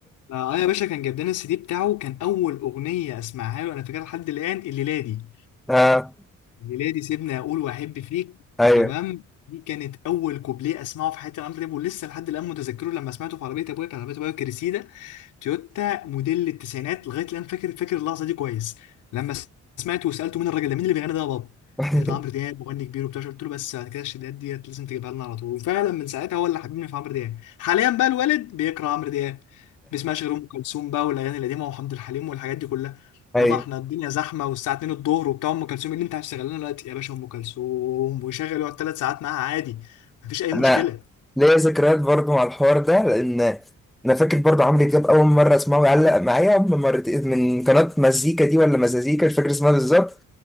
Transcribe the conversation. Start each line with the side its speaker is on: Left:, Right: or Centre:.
Left: اه يا باشا كان جاب لنا السي دي بتاعه كان اول اغنيه اسمعها له انا فاكرها لحد الان الليله دي
Centre: <laughs>
Left: ميلادي سيبني اقول واحب فيك
Centre: ايوه
Left: تمام دي كانت اول كوبليه اسمعه في حياتي عمرو دياب ولسه لحد الان متذكره لما سمعته في عربيه ابويا كان عربيه ابويا كريسيدا تويوتا موديل التسعينات لغايه الان فاكر فاكر اللحظه دي كويس لما سمعته وسالته مين الراجل ده مين اللي بيغني ده يا بابا
Centre: <laughs>
Left: قال ده عمرو دياب مغني كبير وبتاع قلت له بس بعد كده الشدات ديت لازم تجيبها لنا على طول وفعلا من ساعتها هو اللي حببني في عمرو دياب حاليا بقى الوالد بيكره عمرو دياب بيسمعش غير ام كلثوم بقى والاغاني القديمه وحمد الحليم والحاجات دي كلها يابا
Centre: ايوه
Left: احنا الدنيا زحمه والساعه 2 الظهر وبتاع ام كلثوم إيه اللي انت هتشتغل لنا دلوقتي يا باشا ام كلثوم ويشغل يقعد ثلاث ساعات معاها عادي مفيش اي
Centre: انا
Left: مشكله
Centre: ليا ذكريات برضو مع الحوار ده لان انا فاكر برضو عمرو دياب اول مره اسمعه يعلق معايا من مرتين من قناه مزيكا دي ولا مزازيكا مش فاكر اسمها بالظبط